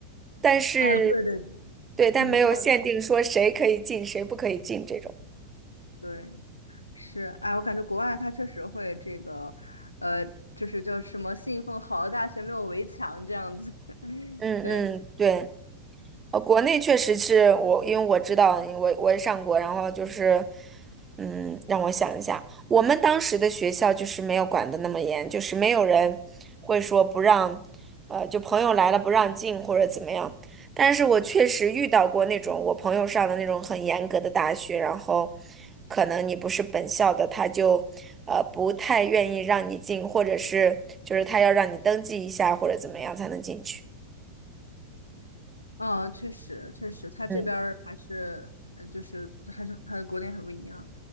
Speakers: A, on the right; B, on the left.
A: 但是
B: 啊，对对对，
A: 对，但没有限定说谁可以进，
B: 很不错，
A: 谁不可以进这种。
B: 对。是，哎，我感觉国外它确实会这个，呃，就是叫什么信奉好的大学没有围墙这样子，<laughs>
A: 嗯嗯，
B: 对。
A: 对，呃，国内确实是我，因为我知道我我也上过，然后就是嗯，让我想一下，我们当时的学校就是没有管得那么严，就是没有人会说不让，呃，就朋友来了不让进或者怎么样。但是我确实遇到过那种我朋友上的那种很严格的大学，然后可能你不是本校的，他就呃不太愿意让你进，或者是就是他要让你登记一下或者怎么样才能进去。
B: 嗯，确实，确实，他这边儿还是，
A: 嗯，
B: 呃，就是还是和国内很不一样。